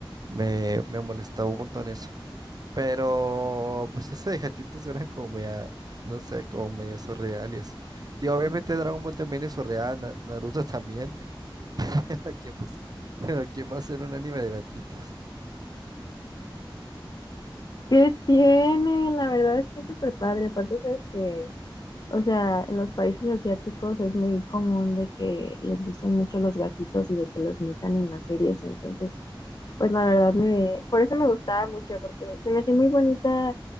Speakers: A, on the right; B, on the left.
A: me, me molestaba un montón eso. Pero pues ese de gatito suena como media, no sé, como medio surreal y así. Digo, obviamente Dragon Ball también es surreal, Na- Naruto también. <laughs> Pero ¿quién va a ser- pero ¿quién va a hacer un anime de gatitos?
B: ¿Qué tiene? La verdad está súper padre. Aparte, sabes que, o sea, en los países asiáticos es muy común de que les gusten mucho los gatitos y de que los metan en las series, entonces. pues la verdad me, por eso me gustaba mucho, porque se me hacía muy bonita